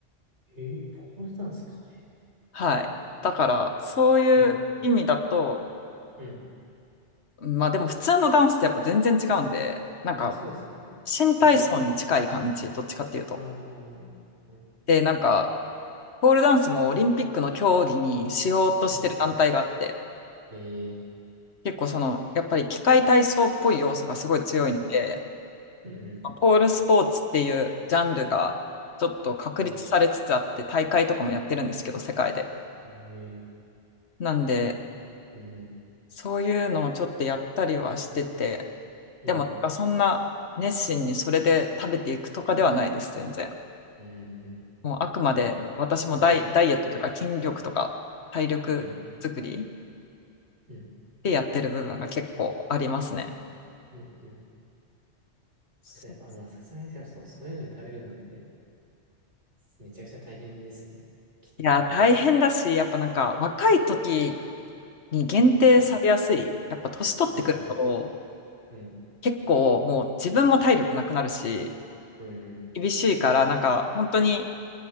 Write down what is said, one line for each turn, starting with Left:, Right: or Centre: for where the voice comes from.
Right: ええポールダンスか。え
Left: はい。だから、そういう意味だと、
Right: ーうん。うん。い
Left: まあでも普通のダンスってやっぱ全然違うんで、なんか、
Right: や、まあ、そうですよね。
Left: 新体操に近い感じ、
Right: うん。
Left: どっちかっていうと。
Right: ああ。うん。
Left: で、なんか、ポールダンスもオリンピックの競技にしようとしてる団体があって、
Right: うんええ
Left: 結構その、やっぱり器械体操っぽい要素がすごい強いので、
Right: うん。うん。
Left: ポールスポーツっていうジャンルがちょっと確立されつつあって、
Right: うん。
Left: 大会とかもやってるんですけど、世界で。
Right: ええ
Left: なんで、
Right: うん
Left: そういうのをちょっとやったりはしてて、
Right: うん
Left: でもなんかそんな熱心にそれで食べていくとかではないです、全然。
Right: うんうんうん
Left: もうあくまで私もダイ、
Right: はいうん
Left: ダイエットというか筋力とか体力作り
Right: うんうん
Left: でやってる部分が結構ありますね。
Right: うんうん
Left: そう
Right: そうやっぱまあさすがにそう、そういうので食べるのってめちゃくちゃ大変ですよね。きっと。
Left: いや、大変だし、やっぱなんか若い時に限定されやすい。
Right: うん。
Left: やっぱ年取ってくると、
Right: だから確かに。うん。
Left: 結構もう自分も体力なくなるし、
Right: うん
Left: 厳しいから、なんか本当に